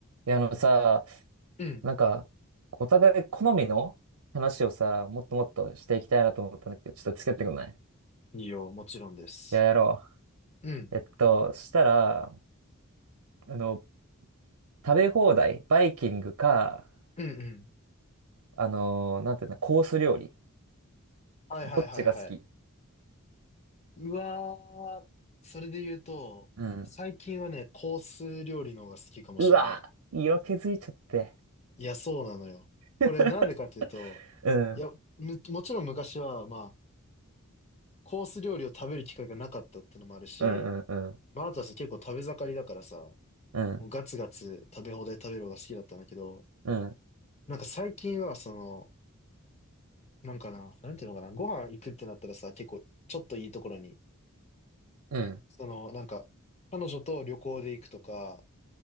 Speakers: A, on the right; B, on the left.
A: いや、あのさ、
B: うん。
A: なんか、お互い好みの話をさ、もっともっとしていきたいなと思ったんだけど、ちょっと付き合ってくんないい
B: いいよ、もちろんです。
A: や、やろ
B: うん、
A: う。えっと、そしたら、あの、食べ放題、バイキングか、
B: うん、うん。
A: あの、なんていうの、コース料理。
B: はいはいはいはい。
A: どっちが好き
B: うわー、それで言うと、
A: うん。
B: 最近はね、コース料理の方が好きかもしれない。
A: うわ、色気づいちゃって。
B: いや、そうなのよ。
A: <laughs>
B: これなんでかっていうと、
A: うん。
B: いや、む、もちろん昔は、まあ、コース料理を食べる機会がなかったってのもあるし、
A: うんうんうん。
B: まあ、あとはさ、結構食べ盛りだからさ、
A: うん。
B: もうガツガツ食べ放題食べるのが好きだったんだけど、
A: うん。
B: なんか最近は、その、なんかな、なんていうのかな、ご飯行くってなったらさ、結構、ちょっといいところに、
A: うん。
B: その、なんか、彼女と旅行で行くとか、